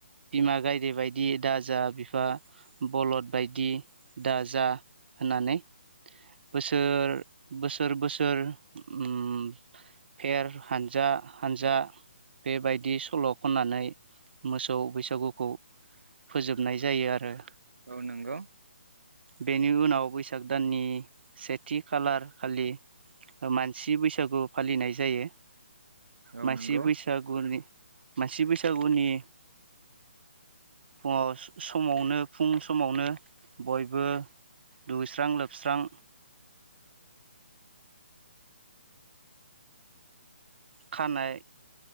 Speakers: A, on the right; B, on the right.
A: बिमा गायदे बायदि दाजा बिफा बलद बायदि दाजा होननानै बोसोर बोसोर बोसोर उम। फेर हानजा-हानजा बेबायदि सल' खननानै मोसौ बैसागुखौ फोजोबनाय जायो आरो।
B: औ नंगौ
A: बेनि उनाव बैसाग दाननि सेथि खालार खालि मानसि बैसागु फालिनाय जायो
B: औ
A: मानसि
B: नंगौ
A: बैसागुनि मानसि बैसागुनि फुङाव स समावनो फुं समावनो बयबो दुैस्रां लोबस्रां खानाय